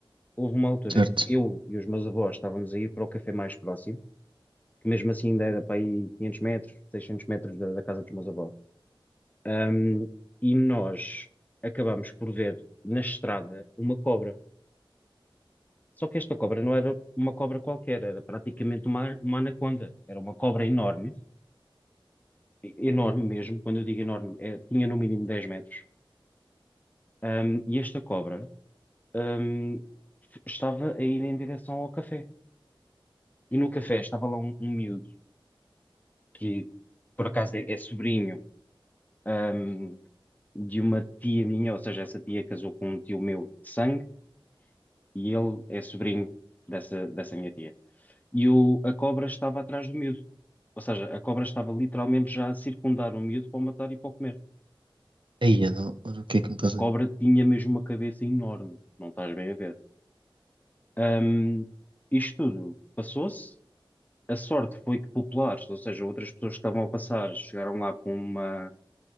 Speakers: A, on the left (about 20°); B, on the right (about 65°).
A: Houve uma altura
B: Certo.
A: que eu e os meus avós estávamos a ir para o café mais próximo, que mesmo assim ainda era para aí 500 metros, 600 metros da, da casa dos meus avós. Ahm, e nós acabámos por ver na estrada uma cobra. Só que esta cobra não era uma cobra qualquer, era praticamente uma, uma anaconda. Era uma cobra enorme, e- enorme mesmo. Quando eu digo enorme, é- tinha no mínimo 10 metros Um, e esta cobra, um, estava a ir em direção ao café. E no café estava lá um, um miúdo, que por acaso é, é sobrinho, um, de uma tia minha, ou seja, essa tia casou com um tio meu de sangue, e ele é sobrinho dessa, dessa minha tia. E o, a cobra estava atrás do miúdo. Ou seja, a cobra estava literalmente já a circundar o miúdo para o matar e para o comer.
B: Eia, não. Olha O que é que me estás
A: A cobra
B: a dizer?
A: tinha mesmo uma cabeça enorme, não estás bem a ver. Um, isto tudo passou-se. a sorte foi que populares, ou seja, outras pessoas que estavam a passar, chegaram lá com uma,